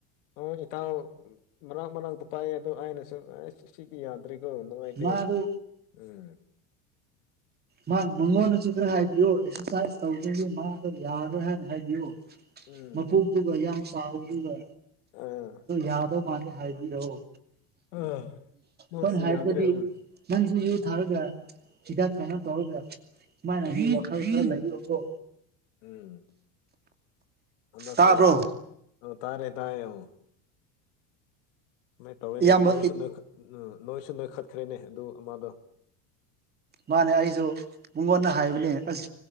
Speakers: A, on the left (about 90°); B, on the right (about 25°).
A: ꯍ ꯏꯇꯥꯎ ꯃꯅꯥꯛ ꯃꯅꯥꯛꯇ ꯄꯥꯏꯑ ꯑꯗꯣ ꯑꯩꯅꯁꯨꯨꯝ ꯑꯁ ꯁꯤꯗꯤ ꯌꯥꯗ ꯀꯣ ꯅꯃꯥꯏꯇꯦ
B: ꯃꯥꯗꯨ
A: ꯎꯝ
B: ꯃꯥ ꯃꯉꯣꯟꯗꯁꯨ ꯈꯔ ꯍꯥꯏꯕꯤꯌꯣ ꯑꯦꯛꯁꯔꯁꯥꯏꯁ ꯇꯧꯖꯦ ꯃꯥꯗꯣ ꯌꯥꯔꯣꯏ ꯍꯥꯏꯅ ꯍꯥꯏꯕꯤꯌꯣ
A: ꯎꯝ
B: ꯃ ꯄꯨꯒꯗꯨꯒ ꯌꯥꯝ ꯁꯥꯥꯎꯗꯨꯒ
A: ꯑꯥ
B: ꯌꯥꯗꯣ ꯃꯥꯅꯤ ꯍꯥꯏꯕꯤꯔꯛꯑꯣ
A: ꯑꯥ ꯃꯥꯁꯤ
B: ꯍꯣꯏꯅ ꯍꯥꯏꯕꯗꯗꯤ
A: ꯌꯥꯗ꯭ꯔꯦ ꯎꯝ
B: ꯅꯪꯁꯨ
A: ꯎꯝ
B: ꯌꯨ ꯊꯥꯔꯒ ꯁꯤꯤꯗꯥꯥꯛ ꯀꯥꯏꯅꯣ ꯇꯧꯒ ꯃꯥꯥꯏ ꯀꯊ ꯂꯣ
A: ꯎꯝ ꯑꯁꯦ
B: ꯇꯥꯕ꯭ꯔꯣ
A: ꯇꯥꯔꯦ ꯇꯥꯏꯌꯦꯡ ꯁꯨꯃꯥꯏꯅ ꯇꯧꯋꯦꯅꯦ
B: ꯏꯌꯥꯝꯕ
A: ꯅꯣꯏꯁꯨ ꯅꯣꯏꯁꯨ ꯅꯈꯠꯈ꯭ꯔꯦꯅꯦ ꯑꯗꯨ ꯃꯥꯗꯣ
B: ꯃꯥꯅꯦ ꯑꯩꯁꯨ ꯃꯨꯡꯉꯣꯟꯅ ꯍꯥꯏꯕꯅꯦ ꯑꯁ